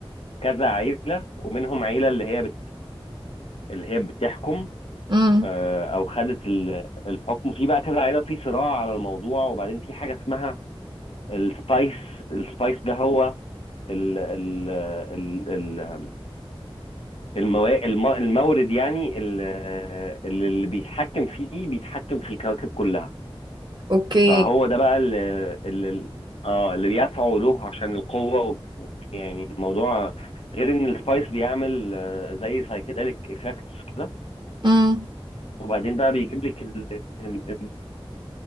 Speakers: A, on the left; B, on the right.
A: كذا عيله ومنهم عيله اللي هي بت... اللي هي بتحكم
B: امم
A: آه، او خدت ال- الحكم في بقى كذا عيله في صراع على الموضوع وبعدين في حاجه اسمها السبايس السبايس ده هو ال ال ال ال الموا- الم- المورد يعني ال- اللي بيتحكم فيه بيتحكم في الكواكب كلها
B: اوكي
A: فهو ده بقى اللي اللي اه اللي بيدفعوا له عشان القوة و- و- يعني الموضوع غير ان السبايس بيعمل آه، زي سايكيدليك افكتس كده
B: امم
A: وبعدين بقى بيجيب لك ال... ال... ال...